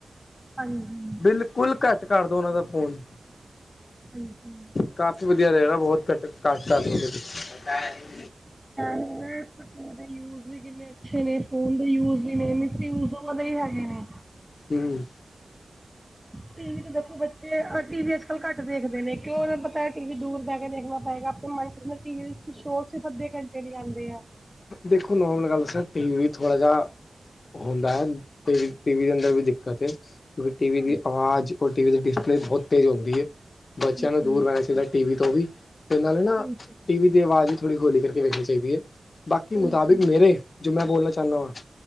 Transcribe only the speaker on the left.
ਬਿਲਕੁਲ ਕੱਟ ਕਰਦੋ ਉਹਨਾਂ ਦਾ ਫ਼ੋਨ
ਕਾਫੀ ਵਧੀਆ ਰਹੇਗਾ ਬਹੁਤ ਘੱਟ ਕਰ ਲੈ ਗੇ ਤੇ
ਹੁ ਮ
ਦੇਖੋ ਨੋਰਮਲ ਗੱਲ ਦੱਸ ਟੀ ਵੀ ਥੋੜ੍ਹਾ ਜੇਹਾ ਹੁੰਦਾ ਅ ਟੀਵ ਟੀ ਵੀ ਦੇ ਅੰਦਰ ਵੀ ਦਿੱਕਤ ਕਿਉਂਕਿ ਟੀ ਵੀ
ਦੀ ਆਵਾਜ਼ ਔਰ ਟੀ ਵੀ ਦੀ ਡਿਸਪਲੇ ਬਹੁਤ ਤੇਜ਼ ਹੁੰਦੀ ਏ ਬੱਚਿਆਂ
ਨੂੰ ਦੂਰ ਰਹਿਣਾ ਚਾਹੀਦਾ ਟੀ ਵੀ ਤੋਂ ਵੀ ਤੇ ਨਾਲੇ ਨਾ
ਟੀ ਵੀ ਦੀ ਆਵਾਜ਼ ਵੀ ਥੋੜ੍ਹੀ ਹੌਲੀ ਕਰਕੇ ਵੇਖਣੀ ਚਾਹੀਦੀ ਐ ਬਾਕੀ
ਮੁਤਾਬਿਕ ਮੇਰੇ ਜੋ ਮੈਂ ਬੋਲਣਾ ਚਾਹੁੰਦਾ ਵਾਂ